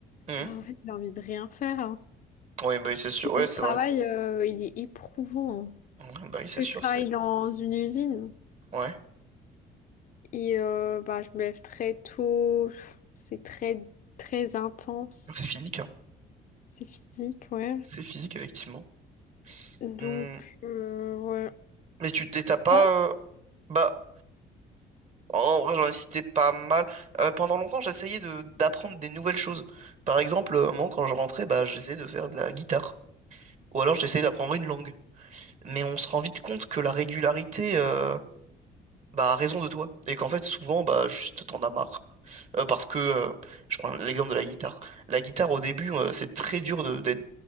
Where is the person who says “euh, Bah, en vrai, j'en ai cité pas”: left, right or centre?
Right